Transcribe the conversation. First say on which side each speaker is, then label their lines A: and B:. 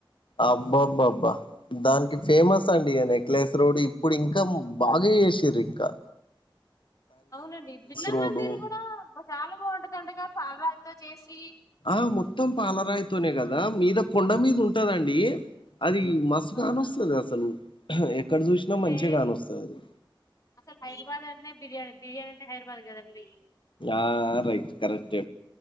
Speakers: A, on the left; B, on the left.
A: అబ్బ బ్బ బ్బ దానికి ఫేమస్ అండి నెక్లెస్ రోడ్ ఇప్పుడు ఇంకా బాగ చేషిర్రింకా
B: అవునండి బిర్లా
A: రోడ్డు
B: మందిర్ గూడా చాలా బాగుంటదంటగా పాలరాయితో చేసి
A: ఆ మొత్తం పాలరాయితోనే కదా మీద కొండ మీద ఉంటదండి అది మస్తుకానొస్తది
B: అవునా
A: అసలు ఎక్కడ చూసినా
B: అంటే
A: మంచిగా కానొస్తది అది
B: అసలు హైదరాబాద్ అంటే నే బిర్యానీ బిర్యానీ అంటె హైదరాబాద్ కదండీ
A: ఆ రైట్ కరెక్ట్